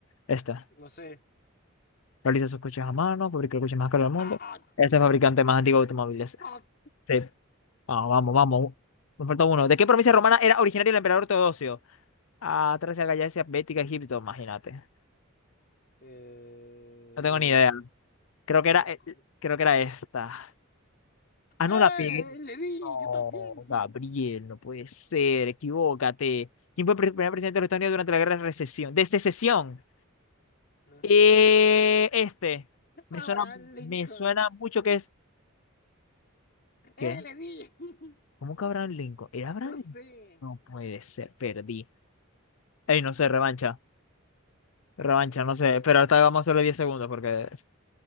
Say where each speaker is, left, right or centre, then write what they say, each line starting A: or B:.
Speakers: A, on the left; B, on the left.
A: Esta.
B: No sé.
A: Realiza sus coches a mano, fabricó el coche más caro del mundo.
B: ¡Ah!
A: Ese es el fabricante más antiguo de automóviles.
B: ¡Ah!
A: Sí. Ah, vamos, vamos. Nos falta uno. ¿De qué provincia romana era originario el emperador Teodosio? Ah, Tracia, Gallacia, Bética, Egipto, imagínate.
B: Eh,
A: No tengo
B: ni idea.
A: ni idea. Creo que era,
B: Voy a
A: eh,
B: escoger-
A: creo que era esta. Ah,
B: ¡Eh!
A: no la pegué.
B: ¡Le di!
A: No,
B: ¡Yo también!
A: Gabriel, no puede ser, equivócate. ¿Quién fue el pre- primer presidente de los Estados Unidos durante la guerra de recesión? De secesión.
B: No
A: Eh,
B: sé.
A: este. Me
B: Abraham
A: suena,
B: Lincoln.
A: me suena mucho que es. ¿Qué?
B: ¡Eh! ¡Le di! <laughs>
A: ¿Cómo que Abraham Lincoln? ¿Era Abraham
B: No
A: Lincoln?
B: sé.
A: No puede ser, perdí. Ey, no sé, revancha. Revancha,
B: Ok,
A: no sé.
B: ok.
A: Pero ahorita vamos a hacerle 10 segundos porque.